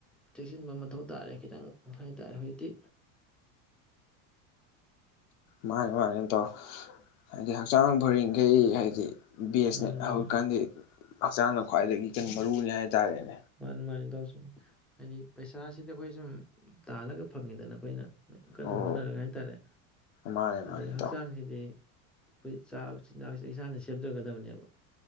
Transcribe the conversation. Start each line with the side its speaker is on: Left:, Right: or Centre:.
Centre: ꯆꯦꯛꯁꯤꯟꯕ ꯃꯊꯧ ꯇꯥꯔꯦ ꯈꯤꯇꯪ ꯍꯥꯏꯇꯥꯔꯦ ꯍꯧꯖꯤꯛꯇꯤ
Left: ꯃꯥꯅꯦ ꯃꯥꯅꯦ ꯇꯥꯎ ꯍꯥꯏꯗꯤ ꯍꯛꯆꯥꯡ ꯐꯔꯤꯡꯈꯩ ꯍꯥꯏꯗꯤ ꯕꯦꯁꯅꯦ
Centre: ꯃꯥꯅꯤ
Left: <unintelligible>
Centre: ꯃꯥꯅꯤ
Left: ꯍꯛꯆꯥꯡꯅ ꯈ꯭ꯋꯥꯏꯗꯒꯤ ꯀꯩꯅꯣ ꯃꯔꯨꯅꯤ ꯍꯥꯏꯇꯥꯔꯦꯅꯦ
Centre: ꯃꯥꯅꯤ ꯃꯥꯅꯤ ꯏꯇꯥꯎ ꯁꯨꯝ ꯍꯥꯏꯗꯤ ꯄꯩꯁꯥꯁꯤꯗꯤ ꯑꯩꯈꯣꯏ ꯁꯨꯝ ꯇꯥꯜꯂꯒ ꯐꯪꯉꯤꯗꯅ ꯑꯩꯈꯣꯏꯅ ꯀꯟꯅ
Left: ꯑꯣ
Centre: ꯍꯣꯠꯅꯔꯒ ꯍꯥꯏꯇꯥꯔꯦ
Left: ꯃꯥꯅꯦ
Centre: ꯑꯗꯩ
Left: ꯃꯥꯅꯦ ꯏꯇꯥꯎ
Centre: ꯍꯛꯆꯥꯡꯁꯤꯗꯤ ꯑꯩꯈꯣꯏ ꯆꯥꯕ ꯆꯤꯟꯖꯥꯛꯁꯦ ꯏꯁꯥꯅ ꯁꯦꯝꯖꯒꯗꯕꯅꯦꯕ